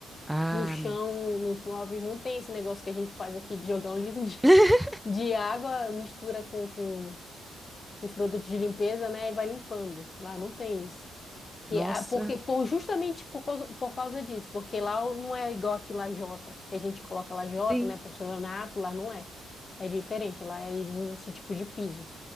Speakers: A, in the centre; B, on the left.
A: Ah,
B: No chão, nos móveis, não tem esse negócio que a gente faz aqui de jogar um <laughs> litro de
A: <laughs>
B: de água, mistura com, com, com os produtos de limpeza, né? E vai limpando. Lá não tem isso. Que,
A: nossa,
B: a- porque, por, justamente por causa, por causa disso, porque lá o- não é igual aqui lajota, que a gente coloca lajota,
A: sim,
B: né? Porcelanato, lá não é. É diferente, lá eles usam esse tipo de piso.